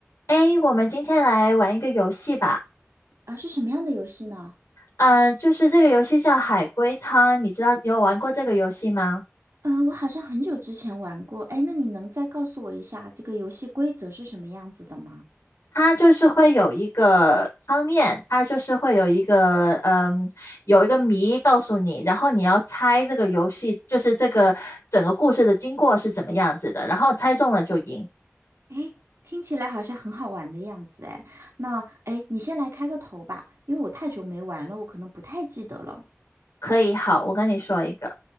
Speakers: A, on the left; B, on the right.
A: 诶，我们今天来玩一个游戏吧。
B: 啊，是什么样的游戏呢？
A: 嗯、就是这个游戏叫海龟汤，你知道有玩过这个游戏吗？
B: 嗯，我好像很久之前玩过。哎，那你能再告诉我一下这个游戏规则是什么样子的吗？
A: 它就是会有一个汤面，它就是会有一个嗯，有一个谜告诉你，然后你要猜这个游戏，就是这个整个故事的经过是怎么样子的，然后猜中了就赢。
B: 哎，听起来好像很好玩的样子。哎，那哎，你先来开个头吧，因为我太久没玩了，我可能不太记得了。
A: 可以，好，我跟你说一个，